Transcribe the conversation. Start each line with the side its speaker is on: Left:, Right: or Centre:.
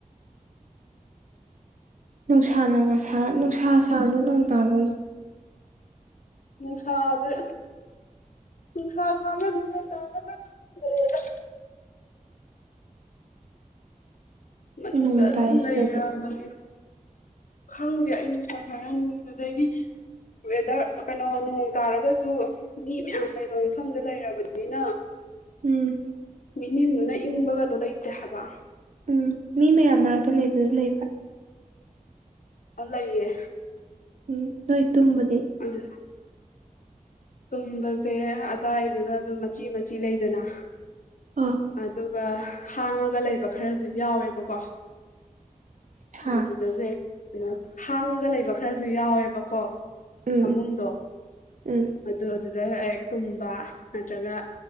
Right: ꯅꯨꯡꯁꯥꯅ ꯉꯁꯥ ꯅꯨꯡꯁꯥ ꯁꯥꯕ꯭ꯔ ꯅꯣꯡ ꯇꯥꯕ
Left: ꯅꯨꯡꯁꯥꯖꯦ ꯅꯨꯡꯁꯥ ꯁꯥꯕ꯭ꯔ ꯅꯣꯡ ꯇꯕ꯭ꯔꯒ ꯈꯪꯗ꯭ꯔꯦꯗ ꯃꯅꯨꯡꯗ
Right: ꯅꯣꯡ
Left: ꯑꯗꯨꯝ
Right: ꯇꯥꯏ ꯁꯤꯗꯗꯤ
Left: ꯂꯩꯔꯕꯅꯤ ꯈꯪꯗꯦ ꯑꯩ ꯅꯨꯡꯁꯥ ꯁꯥꯏꯔ ꯅꯣꯡ ꯑꯗꯩꯗꯤ ꯋꯦꯗ꯭ꯔ ꯑꯥ ꯀꯅꯣ ꯅꯣꯡ ꯇꯥꯔꯒꯁꯨ ꯃꯤ ꯃꯌꯥꯝ ꯂꯩꯕ ꯃꯐꯝꯗ ꯂꯩꯔꯕꯅꯤꯅ
Right: ꯎꯝ
Left: ꯃꯤꯅꯤꯟꯗꯨꯅ ꯏꯪꯕꯒꯗꯣ ꯂꯩꯇꯦ ꯍꯥꯕ
Right: ꯎꯝ ꯃꯤ ꯃꯌꯥꯝ ꯃꯔꯛꯇ ꯂꯩꯕꯗꯨ ꯂꯩꯕ꯭ꯔꯥ
Left: ꯑꯥ ꯂꯩꯌꯦ
Right: ꯎꯝ ꯅꯣꯏ ꯇꯨꯝꯕꯗꯤ
Left: ꯑꯗꯨ ꯇꯨꯝꯕꯁꯦ ꯑꯗꯥꯏꯗꯨꯒ ꯗꯨꯝ ꯃꯆꯤ ꯃꯆꯤ ꯂꯩꯗꯅ
Right: ꯑꯥ
Left: ꯑꯗꯨ ꯒ ꯍꯥꯡꯉꯒ ꯂꯩꯕ ꯈꯔꯁꯨ ꯌꯥꯎꯋꯦꯕꯀꯣ
Right: ꯁꯥ
Left: ꯑꯗꯨꯗꯁꯦ ꯀꯩꯅꯣ ꯍꯥꯡꯉꯒ ꯂꯩꯕ ꯈꯔ ꯗꯨ ꯌꯥꯎꯋꯦꯕꯀꯣ
Right: ꯎꯝ
Left: ꯐꯃꯨꯡꯗꯣ
Right: ꯎꯝ
Left: ꯑꯗꯨ ꯑꯗꯨ ꯗ ꯍꯦꯛ ꯇꯨꯝꯕ ꯅꯠꯇ꯭ꯔꯒ